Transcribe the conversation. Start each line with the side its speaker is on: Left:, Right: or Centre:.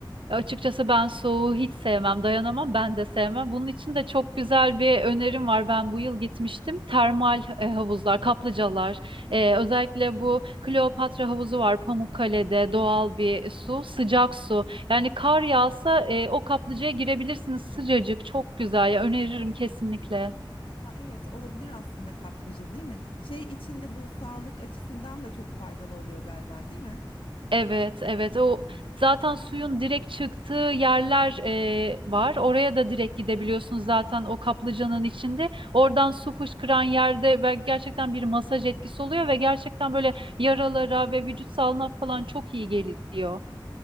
Right: Ya Açıkçası ben soğuğu hiç sevmem, dayanamam, ben de sevmem. Bunun için de çok güzel bir önerim var. Ben bu yıl gitmiştim. Termal e, havuzlar, kaplıcalar, e, özellikle bu Kleopatra havuzu var Pamukkale'de, doğal bir su, sıcak su. Yani kar yağsa e, o kaplıcaya girebilirsiniz, sıcacık, çok güzel. Ya öneririm kesinlikle.
Left: Ha, evet olabilir aslında kaplıca değil mi? Şey içinde bu sağlık açısından da çok faydalı oluyor galiba değil mi?
Right: Evet, evet. O zaten suyun direkt çıktığı yerler e, var. Oraya da direkt gidebiliyorsunuz zaten o kaplıcanın içinde. Oradan su fışkıran yerde ve gerçekten bir masaj etkisi oluyor ve gerçekten böyle yaralara ve vücut sağlığına falan çok iyi geliyor.